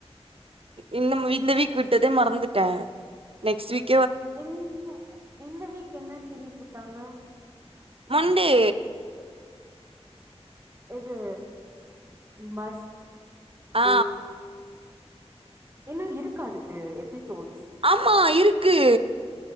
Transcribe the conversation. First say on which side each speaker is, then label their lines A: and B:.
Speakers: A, on the right; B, on the right.
A: இந் இந்த வீக் விட்டதே மறந்துட்ட நெக்ஸ்ட் வீக்
B: இந்த இந்த வீக் என்ன சீரீஸ் விட்டாங்க
A: மண்டே
B: இது மஸ்ட்
A: ஆ
B: டேட் இன்னு இருக்கா அதுக்கு எப்பிசோட்ஸ்
A: ஆமா இருக்கு